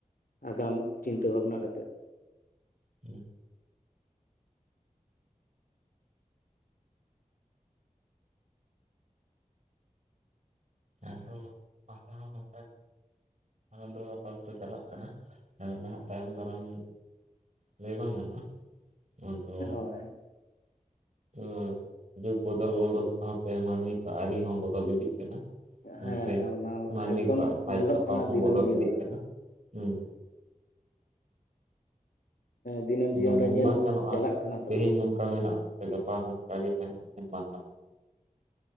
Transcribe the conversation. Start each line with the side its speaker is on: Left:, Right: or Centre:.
Left: ᱟᱜᱟᱢ ᱪᱤᱱᱛᱟᱹ ᱵᱷᱟᱵᱱᱟ ᱠᱟᱛᱮᱫ
Right: ᱦᱮᱸ ᱟᱫᱚ ᱟᱯᱮ ᱦᱚᱸ ᱱᱚᱝᱠᱟ ᱜᱮ ᱟᱫᱚ ᱟᱯᱟᱫᱚᱛᱚ ᱪᱟᱞᱟᱜ ᱠᱟᱱᱟ ᱟᱫᱚ ᱱᱟᱦᱟᱜ ᱛᱟᱭᱚᱢ ᱫᱟᱨᱟᱢ ᱞᱟᱹᱭ ᱵᱟᱝ ᱜᱟᱱᱚᱜᱼᱟ ᱚᱱᱟᱫᱚ
Left: ᱦᱳᱭ
Right: ᱮᱢᱟᱭ ᱡᱩᱜᱽ ᱵᱚᱫᱚᱞ ᱵᱚᱫᱚᱞ ᱥᱟᱶᱛᱮ ᱢᱟᱹᱱᱢᱤ ᱠᱚ ᱟᱹᱨᱤ ᱦᱚᱸ ᱵᱚᱫᱚᱞ ᱤᱫᱤᱜ ᱠᱟᱱᱟ᱾ ᱦᱳᱭᱸ
Left: ᱦᱮᱸ
Right: ᱥᱮ
Left: ᱚᱱᱟ
Right: ᱢᱟᱹᱱᱢᱤ
Left: ᱮᱠᱫᱚᱢ
Right: ᱠᱚᱣᱟᱜ ᱥᱟᱡ
Left: ᱧᱮᱞᱚᱜ
Right: ᱥᱟᱯᱟᱯ
Left: ᱠᱟᱱᱟ
Right: ᱦᱚᱸ
Left: ᱫᱤᱱᱟᱹᱢ
Right: ᱵᱚᱫᱚᱞ
Left: ᱡᱤᱭᱚᱱ
Right: ᱤᱫᱤᱜ
Left: ᱨᱮ
Right: ᱠᱟᱱᱟ ᱦᱩᱸ
Left: ᱫᱤᱱᱟᱹᱢ
Right: ᱟᱫᱚ
Left: ᱡᱤᱭᱚᱱ
Right: ᱢᱮᱱ
Left: ᱨᱮ ᱧᱮᱞ
Right: ᱵᱟᱝ ᱜᱟᱱᱚᱜᱼᱟ
Left: ᱪᱟᱞᱟᱜ ᱠᱟᱱᱟ
Right: ᱛᱮᱦᱮᱧ
Left: ᱛᱚ
Right: ᱱᱚᱝᱠᱟ ᱢᱮᱱᱟᱜᱼᱟ ᱢᱮᱛᱮ ᱜᱟᱯᱟ ᱦᱚᱸ ᱚᱱᱠᱟ ᱜᱮ ᱛᱟᱦᱮᱱᱟ ᱢᱮᱱ ᱵᱟᱝ ᱜᱟᱱᱚᱜᱼᱟ᱾